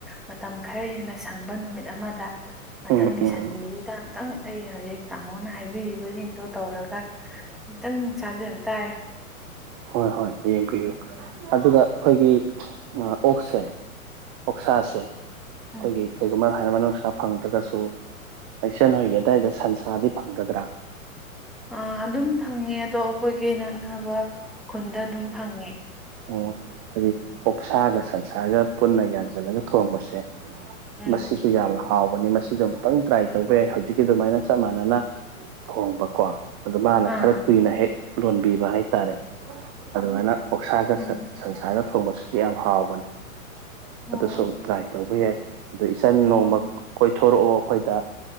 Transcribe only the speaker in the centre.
ꯃꯇꯝ ꯈꯔ ꯍꯦꯟꯅ ꯁꯪꯕ ꯅꯨꯃꯤꯠ ꯑꯃꯗ ꯃꯊꯪꯒꯤ
ꯁꯟꯗꯦꯁꯤꯗ ꯈꯤꯇꯪ ꯑꯩ ꯍꯧꯖꯤꯛ ꯇꯥꯃꯣꯅ ꯍꯥꯏꯕꯤꯔꯤꯕꯁꯤꯡꯗꯣ ꯇꯧꯔꯒ ꯇꯪ ꯆꯥꯖꯕ ꯇꯥꯔꯦ
ꯎꯝ
ꯎꯝ
ꯑ ꯑꯗꯨꯝ ꯐꯪꯉꯦ ꯑꯗꯣ ꯑꯩꯈꯣꯏꯒꯤ ꯅꯛꯅꯕ ꯈꯨꯟꯗ ꯑꯗꯨꯝ ꯐꯪꯉꯦ
ꯎꯝ
ꯑꯥ
ꯎꯝ
ꯑꯣ
ꯑꯣ